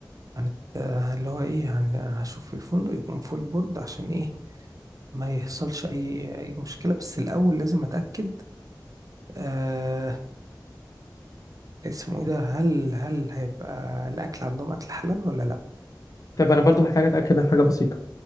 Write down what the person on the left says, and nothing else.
طب انا برضو محتاج اتاكد من حاجه بسيطه